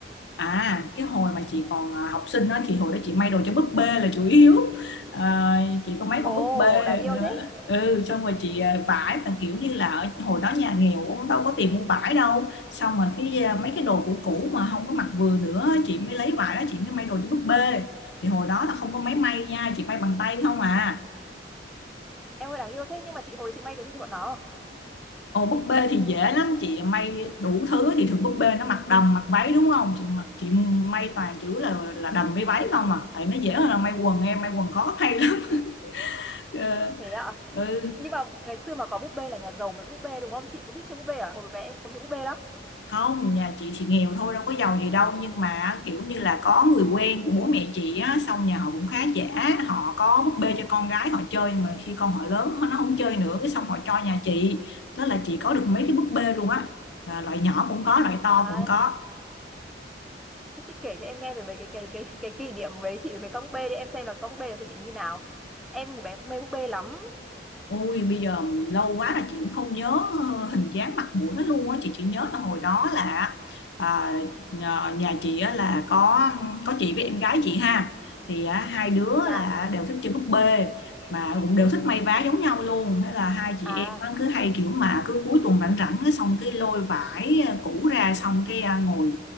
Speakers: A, on the left; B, in the centre.
A: À, cái hồi mà chị còn à, học sinh đó thì hồi đó chị may đồ cho búp bê là chủ yếu. À, chị có mấy
B: Ồ,
A: con búp bê
B: đáng yêu
A: đó.
B: thế.
A: Ừ, xong rồi chị à, vải mà kiểu như là ở hồi đó nhà nghèo cũng đâu có tiền mua vải đâu. Xong rồi cái à, mấy cái đồ cũ cũ mà không có mặc vừa nữa, chị mới lấy vải đó chị mới may đồ cho búp bê. Thì hồi đó là không có máy
B: Ừ.
A: may nha, chị may bằng tay không à.
B: Em ơi đáng yêu thế nhưng mà chị hồi đấy chị may cái gì cho bọn nó?
A: Ồ búp bê thì dễ lắm chị may đủ thứ thì thường búp bê nó mặc đầm mặc váy đúng không chị mặc chị may toàn chữ là là đầm với váy không à tại nó dễ hơn là may quần em may quần khó may lắm <laughs> Ờ,
B: Thế ạ.
A: ừ
B: Nhưng mà ngày xưa mà có búp bê là nhà giàu mới có búp bê đúng không? Chị cũng thích chơi búp bê à? Hồi bé em cũng thích búp bê lắm.
A: không nhà chị thì nghèo thôi đâu có giàu gì đâu nhưng mà kiểu như là có người quen của bố mẹ chị á xong nhà họ cũng khá giả họ có búp bê cho con gái họ chơi nhưng mà khi con họ lớn nó không chơi nữa cái xong họ cho nhà chị đó là chị có được mấy cái búp bê luôn á Ờ, loại nhỏ cũng có loại to
B: À,
A: cũng có
B: thế chị kể cho em nghe về mấy cái cái cái cái kỷ niệm đấy chị với mấy con búp bê đi em xem là con búp bê này của chị như nào. Em hồi bé cũng mê búp bê lắm.
A: Ôi bây giờ lâu quá là chị cũng không nhớ ờ, hình dáng mặt mũi nó luôn á chị chỉ nhớ là hồi đó là à, nhà nhà chị á, là có có chị với em gái chị ha thì á, hai đứa
B: Dạ.
A: là đều thích chơi búp bê mà cũng đều
B: <laughs>
A: thích may vá giống nhau luôn thế là hai chị
B: À,
A: em á, cứ hay kiểu mà cứ cuối tuần rảnh rảnh cái xong cái lôi vải à, cũ ra xong cái à, ngồi